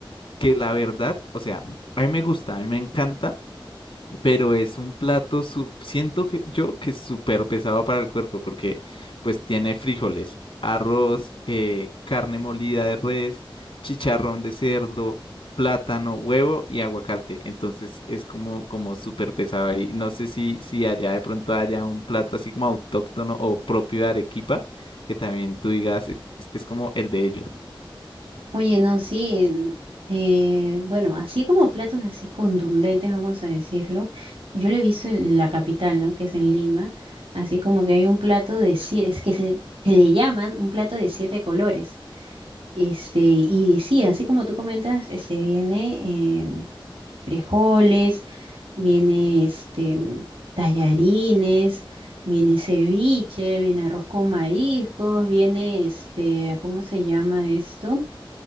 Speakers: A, on the left; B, on the right.
A: que la verdad, o sea, a mí me gusta, a mí me encanta pero es un plato, su- siento que yo que es súper pesado para el cuerpo porque pues tiene frijoles, arroz, eh, carne molida de res, chicharrón de cerdo, plátano, huevo y aguacate. Entonces es como, como súper pesado y no sé si, si allá de pronto haya un plato así como autóctono o propio de Arequipa, que también tú digas, este es como el de ellos.
B: Oye, no, sí, en- eh, bueno, así como platos así contundentes, vamos a decirlo, yo lo he visto en, en la capital, ¿no? Que es en Lima, así como que hay un plato de siete, es que se, se le llaman un plato de siete colores. Este, y sí, así como tú comentas, este viene em, frijoles, viene este mm, tallarines, viene ceviche, viene arroz con mariscos, viene este, ¿cómo se llama esto?